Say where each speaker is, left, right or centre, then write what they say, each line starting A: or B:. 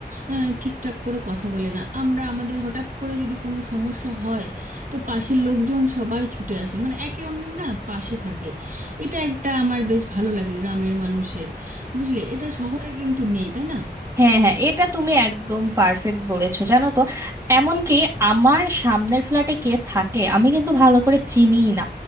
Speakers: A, on the right; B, on the right.
A: আহ, ঠিকঠাক করে কথা বলে না আমরা আমাদের হঠাৎ করে যদি কোনো সমস্যা হয় তো পাশের লোকজন সবাই ছুটে আসে মানে একে অন্যের না পাশে থাকে এটা একটা আমার বেশ ভালো লাগে গ্রামের মানুষের বুঝলে এটা শহরে কিন্তু নেই তাই না
B: হ্যাঁ হ্যাঁ এটা তুমি একদম পারফেক্ট বলেছো জানো তো এমনকি আমার সামনের ফ্ল্যাটে কে থাকে আমি কিন্তু ভালো করে চিনিই না